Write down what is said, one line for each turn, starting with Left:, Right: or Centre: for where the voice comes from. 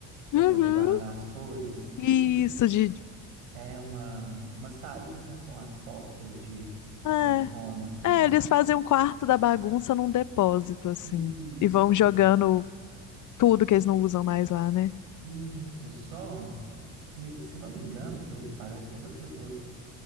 Right: Para
Left: Uhum.
Right: poder guardar as coisas. Tipo,
Left: Isso de.
Right: é uma, uma salinha com a porta de, de
Left: É,
Right: sanfona, assim,
Left: é,
Right: né?
Left: eles fazem um quarto da bagunça num depósito, assim,
Right: Isso,
Left: e vão jogando tudo que eles não usam mais lá, né?
Right: isso. Só que, se não me engano, pelo que parece, quando as pessoas